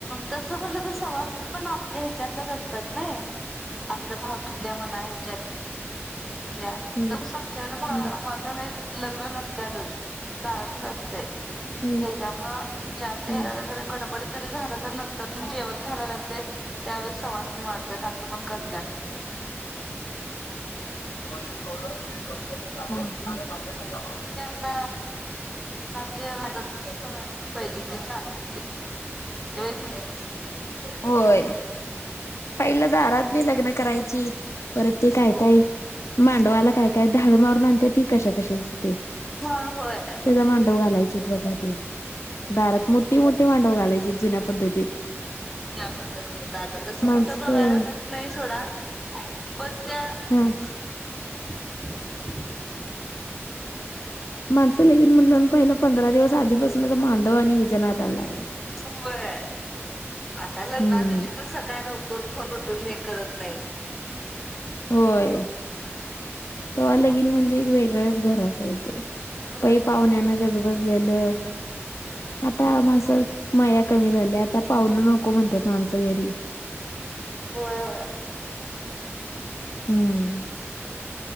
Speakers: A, in the centre; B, on the left.
A: तस म्हटलं तर सवासणी पण आपल्या ह्याच्यातलेच असतात नाही आपलं भावकी किथल्या मना या्याच्यात आमच्याकड
B: हम्म हम्म
A: हॉलला लग्न नसत आतच झात
B: हम्म.
A: त्याच्यामुळं ज झा
B: हम्म
A: नंतर जेव घालायला लागत त्यामुळे करतात
B: वॉशिंग पावडर कपड्या साां्या सा
A: ते आता जे मदत करायलाच पाहिली की चालेलवा क नाही
B: होय पहिलं दारात नाही लग्न करायचीत परत ते काय काय मांडवाला काय काय धडू मारून आणते ती क शकते
A: हा होय.
B: त्याचा मांडव घालायचे बघा त दारात मो मो मोठी मांडव घालायची जुन्या पद्धतीत
A: प दिहता तसं
B: माणसं
A: कुठं बघायला मिळत नाही सोडा पण त्या
B: हा
A: <inaudible>
B: माणसं लगेन म्हटलं पहिला पंधरा दिवस आधीपासूनच मांडव आणि हिज नादाला लागायचे
A: वय आता लग्नादिवशी
B: हम्म
A: ल सकाळी लवकर पण म करत नाही
B: होय त आलगीन म्हणजे ते एक वेगळच घरात ग
A: होय.
B: पहिपहुण्याने गजबजलेलं आता मानसाच माया कमी झाल्या आता पाहुण नको म्हणतात माणसं घरी
A: होय होय
B: हम्म